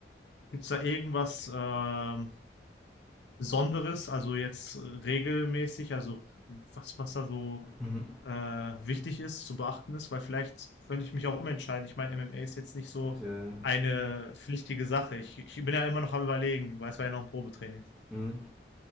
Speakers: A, on the left; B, in the centre.
A: Gibt's da irgendwas ähm, Besonderes, also jetzt äh, regelmäßig, also was, was da so
B: Mhm.
A: äh, wichtig ist, zu beachten ist? Weil vielleicht könnte ich mich auch umentscheiden. Ich meine, MMA ist jetzt nicht so
B: Äh,
A: eine pflichtige Sache. Ich, ich bin ja immer noch am Überlegen, weil es war ja noch ein Probetraining.
B: mhm.